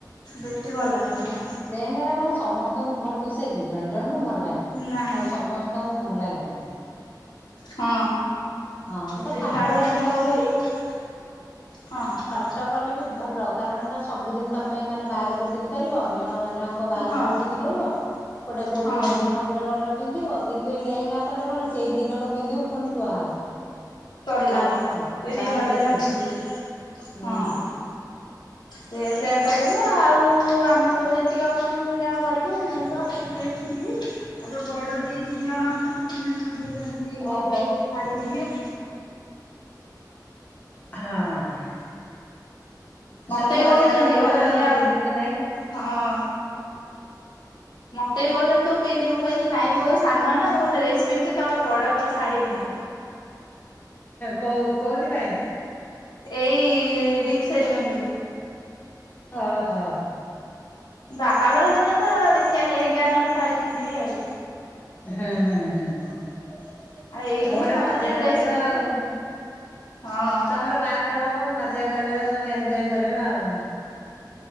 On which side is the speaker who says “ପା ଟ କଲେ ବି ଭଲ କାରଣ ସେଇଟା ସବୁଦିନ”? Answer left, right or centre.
Left